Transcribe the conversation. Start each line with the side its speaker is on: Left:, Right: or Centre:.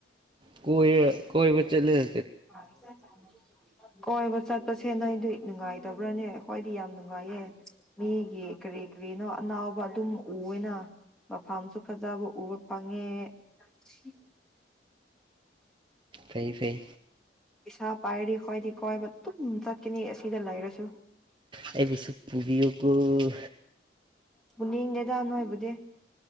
Right: ꯀꯣꯏ ꯀꯣꯏ ꯆꯠꯂ‌ꯦ
Centre: <unintelligible> ꯀꯣꯏꯕ ꯆꯠꯄꯁꯦꯅ ꯑꯩꯗꯤ ꯅꯨꯡꯉꯥꯏꯇꯕ꯭ꯔꯅꯦ ꯍꯣꯏꯗꯤ ꯌꯥꯝ ꯅꯨꯡꯉꯥꯏꯌꯦ ꯃꯤꯒꯤ ꯀꯔꯤ ꯀꯔꯤꯅꯣ ꯑꯅꯥꯕ ꯑꯗꯨꯝ ꯎꯋꯦꯅ ꯃꯐꯝꯁꯨ ꯐꯖꯕ ꯎꯕ ꯐꯪꯉꯦ <unintelligible>
Right: ꯐꯧ ꯐꯩ
Centre: ꯏꯁꯥ ꯄꯥꯏꯔꯤ ꯈꯣꯏꯗꯤ ꯀꯣꯏꯕ ꯑꯗꯨꯨꯝ ꯆꯠꯀꯅꯤ ꯑꯁꯤꯗ ꯂꯩꯔꯁꯨ
Right: ꯑꯩ ꯄꯨꯁ ꯄꯕꯤꯌꯣ ꯀ‌ꯣ
Centre: ꯄꯨꯅꯤꯗꯦꯗ ꯅꯣꯏꯕꯨꯗꯤ